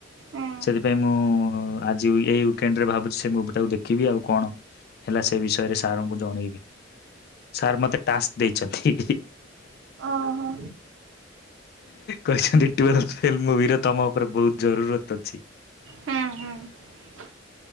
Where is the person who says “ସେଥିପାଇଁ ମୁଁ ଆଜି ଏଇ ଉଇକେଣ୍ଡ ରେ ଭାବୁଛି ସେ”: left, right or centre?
Left